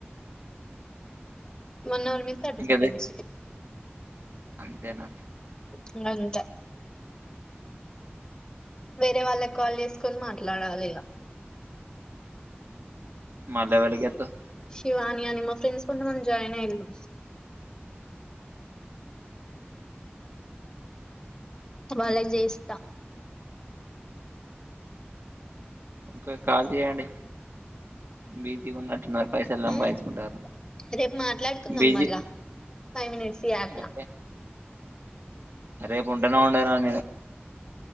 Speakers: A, on the left (about 20°); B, on the right (about 70°).
A: వన్ హావర్ మీద థర్టీ
B: ఇంకదే
A: సెకండ్స్
B: అంతేనా
A: ఇంగంత వేరే వాళ్ళకి కాల్ చేసుకుని మాట్లాడాలి ఇగ
B: మళ్ళీ ఎవళ్ళికీ చేత్తవ్
A: శివాని అని మా ఫ్రెండ్స్ కొంతమంది జాయిన్ అయిళ్ళు వాళ్ళకి జేస్తా
B: ఒకే కాల్ చేయండి బీజీగ ఉన్నట్టున్నారు పైసలు సంపాదించుకుంటారు
A: ఉమ్మ్ రేపు మాట్లాడుకుందాం
B: బిజీ
A: మళ్ళా ఫైవ్ మినిట్స్ ఈ యాప్ల
B: ఓకే రేపు ఉంటానో ఉండనో నేను